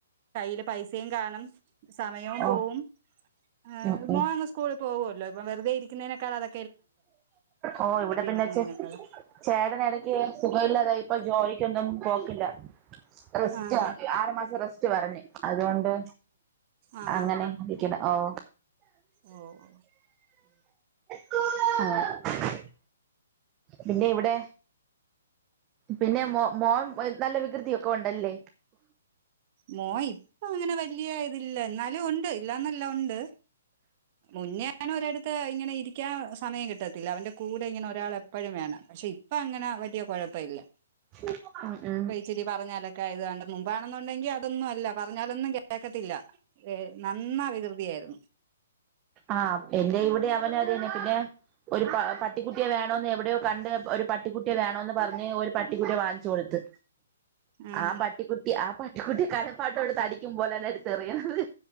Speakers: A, on the right; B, on the right.
A: കയ്യില് പൈസേം കാണും സമയോം
B: ഓഹ്
A: പോവും ഏഹ്
B: ഉം
A: മോനങ്ങ്
B: ഉം
A: സ്കൂളി പോവാെല്ലോ ഇപ്പം വെറ്തെ ഇര്ക്ക്ന്നേനേക്കാളത്
B: ഓഹ് ഇവ്ടെ പിന്നെ
A: ഇരിക്കുന്നതിനേക്കാളും
B: ച്ച് ചേട്ടെന് എടെക്ക് സുഖാെയില്ലാതായി ഇപ്പം ജോലിയ്ക്കൊന്നും പോക്കില്ലാ റെസ്റ്റാ
A: ആഹ്
B: ആറ് മാസം റെസ്റ്റ് പറഞ്ഞ് അത്കൊണ്ട്
A: ആഹ്
B: അങ്ങെനെ ഇ യ്ക്ക്ണ് ഓഹ്
A: ആഹ്
B: <inaudible> പിന്നെ ഇവ്ടെ പിന്നെ മോ മോൻ നല്ല വികൃതിയൊക്ക ഉണ്ടല്ലേ
A: മോൻ ഇപ്പ അങ്ങന വെല്ല്യ ഇതില്ല എന്നാലും ഉണ്ട് ഇല്ലാന്നല്ല ഉണ്ട് മുന്ന ഒരട്ത്ത് ഇങ്ങനെ ഇരിക്കാൻ സമയം കിട്ട ട്ടില്ല അവന്റെ കൂടെ ഇങ്ങനെ ഒരാള് എപ്പഴും വേണം പശേ ഇപ്പ അങ്ങനെ വല്ല്യ കൊഴപ്പ ഇല്ല
B: ഉം ഉം ഉം
A: തിരി പറഞ്ഞാലക്ക ഇത് കണ്ട് മുമ്പാണെന്നുണ്ടെങ്കി അതൊന്നു അല്ല പറഞ്ഞാലൊന്നു കേക്കത്തില്ല ഏഹ് നന്ന വികൃതിയാര്ന്നു
B: ആഹ് എന്റെ ഇവിടെ അവന് <unintelligible> പിന്നെ ഒരു പ പട്ടിക്കുട്ടിയെ വേണോന്ന് എവിടെയോ കണ്ട് ഒരു പട്ടിക്കുട്ടിയെ വേണോന്ന് പർഞ്ഞ് ഒരു പട്ടിക്കുട്ടിയെ വാങ്ങിച്ച് കൊട്ത്ത്
A: ആഹ്
B: ആ പട്ടിക്കുട്ടി ആ പട്ടിക്കുട്ടി <unintelligible> അടിക്കും പോലന്നെ എട്ത്ത് എറിയണത്